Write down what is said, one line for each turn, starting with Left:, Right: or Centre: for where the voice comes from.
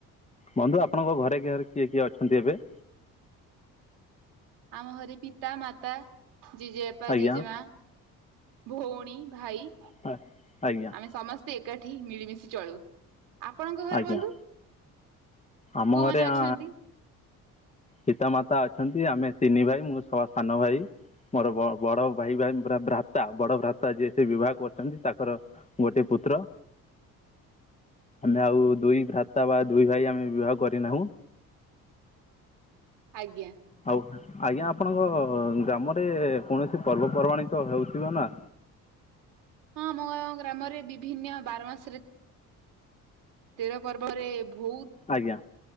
Left: ବନ୍ଧୁ ଆପଣଙ୍କ ଘରେ କି ଘରେ କିଏ କିଏ ଅଛନ୍ତି ଏବେ
Right: ଆମ ଘରେ ପିତା ମାତା ଜେଜେବାପା
Left: ଆଜ୍ଞା
Right: ଜେଜେମା। ଭଉଣୀ ଭାଇ
Left: ହ ଆଜ୍ଞା।
Right: ଆମେ ସମସ୍ତେ ଏକାଠି ମିଳିମିଶି ଚଳୁ ଆପଣଙ୍କ ଘରେ
Left: ଆଜ୍ଞା
Right: ବନ୍ଧୁ
Left: ଆମ
Right: କୋଉମାନେ
Left: ଘରେ
Right: ଅଛନ୍ତି?
Left: ଆ ପିତାମାତା ଅଛନ୍ତି ଆମେ ତିନି ଭାଇ ମୁଁ ସାନ ଭାଇ ମୋର ବଡ ଭାଇାଇ ଭ୍ରାତା ବଡ ଭ୍ରାତା ଯିଏ ସେ ବିବାହ କରଛନ୍ତି ତାଙ୍କର ଗୋଟେ ପୁତ୍ର ମାନେ ଆଉ ଦୁଇ ଭ୍ରାତା ବା ଦୁଇ ଭାଇ ଆମେ ବିବାହ କରିନାହୁଁ।
Right: ଆଜ୍ଞା।
Left: ଆଉ ଆଜ୍ଞା ଆପଣଙ୍କ ଗ୍ରାମରେ କୌଣସି ପର୍ବପର୍ବାଣ ତ ହେଉଥିବ ନା?
Right: ହଁ ଆମ ଗ୍ରାମରେ ବିଭିନ୍ନ ବାର ମାସରେ ତେର ପର୍ବରେ ବହୁତ
Left: ଆଜ୍ଞା